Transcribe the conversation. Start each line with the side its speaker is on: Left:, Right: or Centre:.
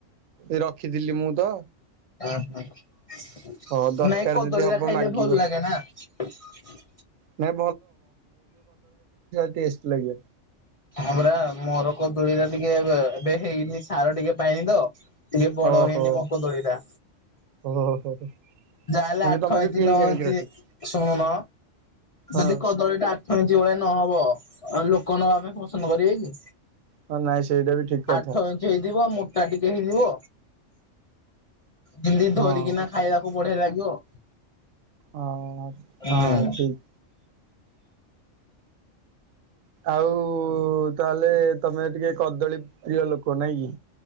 Right: ଏ ରଖିଥିଲି ମୁଁ ତ
Left: ଓହୋ
Right: ହଁ ଦରକାର
Left: ନାଇଁ କଦଳୀ
Right: ଯଦି ହବ
Left: ଅରା ଖାଇଲେ
Right: ମାଗିବ।
Left: ଭଲ ଲାଗେ ନା। <unintelligible>
Right: ନାଇଁ ଟେଷ୍ଟେ ଲାଗେ।
Left: ଆମରା ମୋର କଦଳୀ ରେ ଟିକେ ଏବେ ହେଇନି ସାର ଟିକେ ପାଇନି ତ। ଟିକେ ବଡ଼
Right: ଓହୋ
Left: ହେଇନି ମୋ କଦଳୀ ଟା।
Right: ଓହୋ।
Left: ଯାହାହେଲେ
Right: ମାନେ
Left: ଆଠ
Right: ତମେ ଯୋଉ
Left: ଇଞ୍ଚି
Right: କିଣିକି
Left: ନଅ
Right: ଆଣିକି
Left: ଇଞ୍ଚି
Right: ରଖିଛ।
Left: ଶୁଣୁନ
Right: ହଁ
Left: ଯଦି କଦଳୀ ଟା ଆଠ ଇଞ୍ଚି ଭଳିଆ ନହବ ଲୋକ ନବାପାଇଁ ପସନ୍ଦ କରିବେ କି।
Right: ହଁ ନାଇଁ ସେଇଟା ବି ଠିକ କଥା।
Left: ଆଠ ଇଞ୍ଚି ହେଇଥିବ ମୋଟା ଟିକେ ହେଇଥିବ। ଯେମିତି ଧରିକିନା
Right: ହଁ
Left: ଖାଇବାକୁ ବଢିଆ ଲାଗିବ।
Right: ଅ, ଅ,
Left: ହୁଁ।
Right: ହଁ ଠିକ୍। ଆଉ ତାହେଲେ ତମେ ଟିକେ କଦଳୀ ପ୍ରିୟ ଲୋକ ନାଇଁ କି।